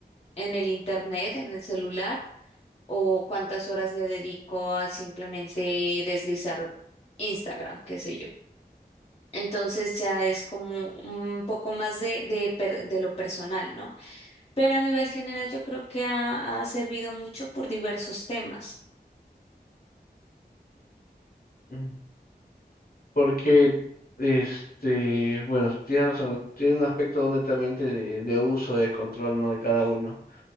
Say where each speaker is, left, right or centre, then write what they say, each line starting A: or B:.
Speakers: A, on the left; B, on the left.
A: en el internet, en el celular, o cuántas horas le dedico a simplemente deslizar Instagram, qué sé yo. Entonces ya es como un poco más de, de, per- de lo personal, ¿no? Pero a nivel general yo creo que ha ha servido mucho por diversos temas.
B: mm, porque, este, bueno, tienes razón, tiene un aspecto netamente de, de uso, de control, ¿no? De cada uno.